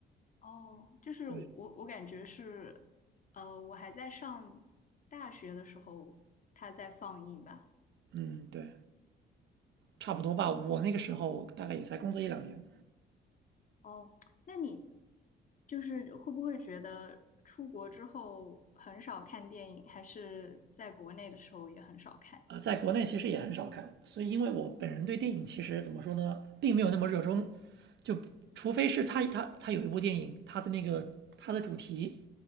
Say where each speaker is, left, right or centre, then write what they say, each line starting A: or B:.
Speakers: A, on the left; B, on the right.
A: 哦，就是我我感觉是，
B: 对，
A: 呃，我还在上大学的时候，它在放映吧。
B: 嗯，对，差不多吧，我那个时候大概也才工作一两年。
A: 哦，那你就是会不会觉得出国之后很少看电影，还是在国内的时候也很少看？
B: 呃，在国内其实也很少看，所以因为我本人对电影其实怎么说呢，并没有那么热衷，就除非是他他他有一部电影，他的那个他的主题，